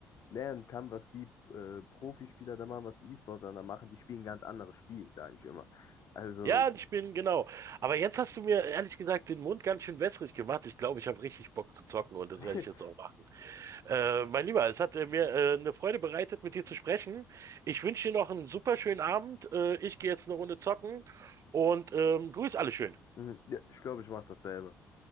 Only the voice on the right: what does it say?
Ja, die spielen genau. Aber jetzt hast du mir ehrlich gesagt den Mund ganz schön wässrig gemacht. Ich glaube, ich habe richtig Bock zu zocken und das
werde ich jetzt auch machen. Äh, mein Lieber, es hat äh, mir äh, eine Freude bereitet, mit dir zu sprechen. Ich wünsche dir noch einen super schönen Abend. Äh, ich gehe jetzt eine Runde zocken und ähm, grüß alle schön.